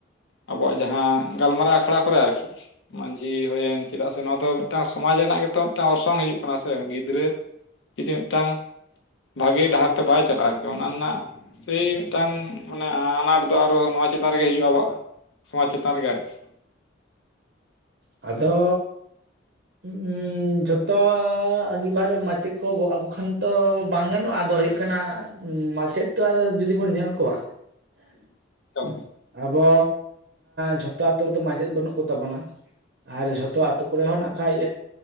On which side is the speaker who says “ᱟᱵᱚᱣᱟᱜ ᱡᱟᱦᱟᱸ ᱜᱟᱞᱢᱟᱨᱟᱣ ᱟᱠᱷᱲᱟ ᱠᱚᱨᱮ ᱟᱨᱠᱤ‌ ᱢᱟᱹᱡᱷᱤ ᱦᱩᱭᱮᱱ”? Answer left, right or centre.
Left